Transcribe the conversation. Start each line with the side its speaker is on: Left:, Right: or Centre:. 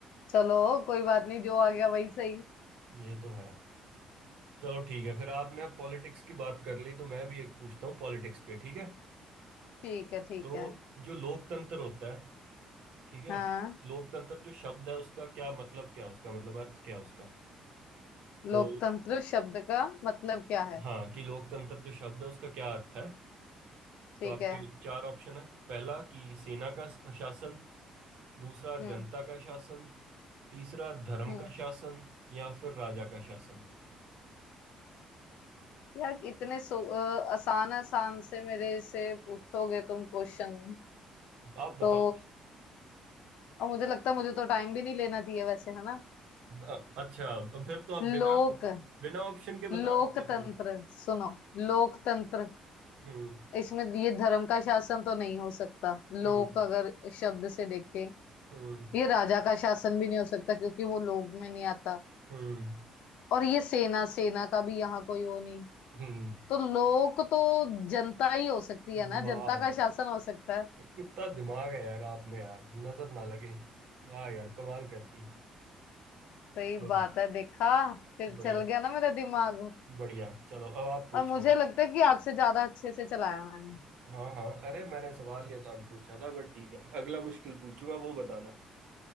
Left: चलो कोई बात नहीं जो आ गया वही सही
Right: ये तो है चलो ठीक है फिर आपने अब पॉलिटिक्स की बात कर ली तो मैं भी एक पूछता हूँ पॉलिटिक्स पे ठीक है
Left: ठीक है ठीक
Right: तो
Left: है
Right: जो लोकतंत्र होता है ठीक है
Left: हाँ
Right: लोकतंत्र जो शब्द है उसका क्या मतलब क्या है उसका मतलब अर्थ क्या है उसका तो
Left: लोकतंत्र शब्द का मतलब क्या है
Right: हाँ कि लोकतंत्र जो शब्द है उसका क्या अर्थ है
Left: ठीक
Right: तो आपके
Left: है
Right: चार ऑप्शन है पहला कि सेना का स- शासन दूसरा
Left: हम्म
Right: जनता का शासन तीसरा धर्म
Left: हम्म
Right: का शासन या फिर राजा का शासन
Left: यार इतने सो अ, आसान आसान से मेरे से पूछोगे तुम क्वेश्चन
Right: आप बताओ
Left: तो और मुझे लगता है मुझे तो टाइम भी नहीं लेना चाहिए वैसे है ना
Right: अ- अच्छा अब फिर तो आप
Left: लोक
Right: बिना बिना ऑप्शन के बता
Left: लोकतंत्र
Right: रहे थे
Left: सुनो लोकतंत्र
Right: हम्म
Left: इसमें ये धर्म का शासन तो नहीं हो सकता लोक
Right: हम्म
Left: अगर शब्द से देखें
Right: हम्म
Left: ये राजा का शासन भी नहीं हो सकता क्योंकि वो लोक में नहीं आता
Right: हम्म
Left: और ये सेना सेना का भी यहाँ कोई वो नहीं
Right: हम्म।
Left: तो लोक तो जनता ही हो सकती
Right: वाह
Left: है ना जनता का शासन हो सकता है
Right: कितना दिमाग है यार आप में यार नजर ना लगे वाह यार कमाल करती
Left: सही
Right: लो
Left: बात है देखा फिर
Right: बढ़िया
Left: चल गया ना मेरा दिमाग
Right: बढ़िया चलो अब आप पूछो
Left: और मुझे लगता है कि आपसे ज्यादा अच्छे से चलाया मैंने
Right: हाँ हाँ अरे मैंने सवाल ही आसान पूछा था बट ठीक है अगला मुश्किल पूछूंगा वो बताना